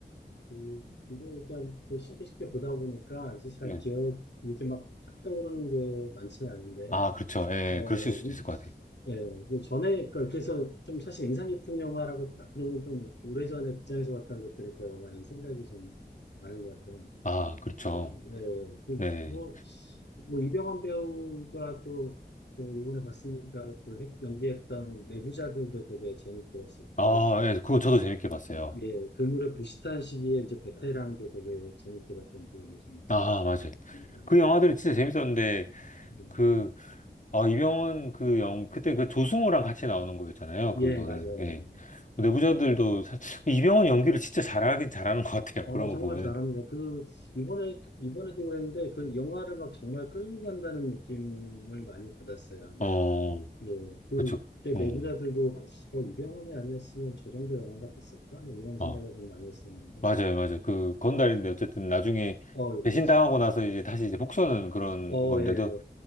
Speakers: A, on the left; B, on the left.
A: 그, 이거 그냥 이렇게 쉽게 쉽게 보다 보니까 이제 잘
B: 예.
A: 기억, 이렇게 막탁 떠오르는 게 많지는 않은데
B: 아, 그렇죠. 예,
A: 어,
B: 그러실 수도 있을 것 같아요.
A: 예, 예, 그 전에, 그, 그래서 좀 사실 인상 깊은 영화라고 딱 그러면 좀 오래전에 극장에서 봤던 것들이 더 많이 생각이 좀 나는 것 같아요.
B: 아, 그렇죠.
A: 어, 예, 예. 그,
B: 네.
A: 뭐, 뭐, 이병헌 배우가 또, 또 이번에 봤으니까 그 했- 연기했던 내부자들도 되게 재밌게 봤었고,
B: 아, 예, 그거 저도 재밌게 봤어요.
A: 예, 그 무렵 비슷한 시기에 이제 베테랑도 되게 재밌게 봤던 기억이 좀
B: 아, 맞아요.
A: 납니다.
B: 그 영화들은 진짜 재밌었는데,
A: 음.
B: 그, 아, 이병헌 그 영, 그때 그 조승우랑 같이 나오는 거였잖아요. 그거는,
A: 예, 맞아요.
B: 예. 내부자들도, 사- 이병헌 연기를 진짜 잘하긴 잘하는 것 같아요.
A: 어,
B: 그런 거
A: 정말
B: 보면은.
A: 잘합니다. 그, 이번에, 이번에도 그랬는데, 그 영화를 막 정말 끌고 간다는 느낌을 많이 받았어요.
B: 어,
A: 예. 그,
B: 그렇죠.
A: 그때 내부자들도,
B: 음.
A: 어, 이병헌이 아니었으면 저 정도 영화가 됐을까? 뭐 이런 생각을
B: 아.
A: 좀 많이 했었는데,
B: 맞아요, 맞아요. 그 건달인데 어쨌든 나중에
A: 어,
B: 배신당하고
A: 그렇 지
B: 나서 이제 다시 이제 복수하는 그런
A: 어,
B: 건데도
A: 예,